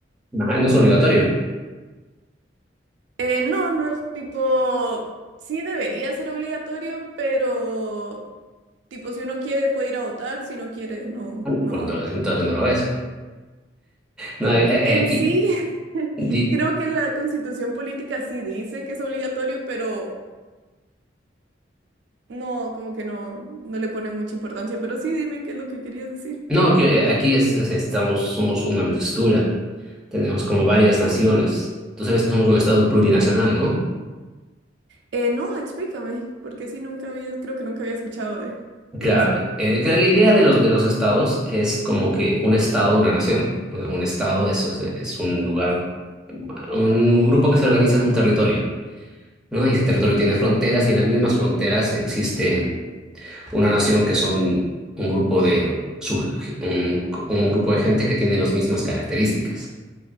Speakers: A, in the centre; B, on the right.
A: Ah, no es obligatorio,
B: Eh, no, no es tipo, sí debería ser obligatorio, pero tipo, si uno quiere puede ir a votar, si no quiere, no, no
A: por
B: va.
A: entonces, entonces no lo es. No, eh,
B: En
A: eh, aquí,
B: sí, <laughs>
A: di-
B: creo que la constitución política sí dice que es obligatorio, pero No, como que no, no le ponen mucha importancia, pero sí, dime qué es lo que querías decir.
A: no, que eh, aquí es, es- estamos, somos una mixtura, tenemos como varias naciones. Tú sabes que somos un estado plurinacional, ¿no?
B: Eh, no, explícame, porque sí, nunca había, creo que nunca había escuchado de,
A: Claro,
B: de eso.
A: eh, eh, que la idea de los, de los estados es como que un estado, una nación. Bueno, Un estado es, es, es un lugar, un grupo que se organiza en un territorio, ¿no? Y ese territorio tiene fronteras y en las mismas fronteras existe una nación que son un grupo de, su- un, un grupo de gente que tiene las mismas características,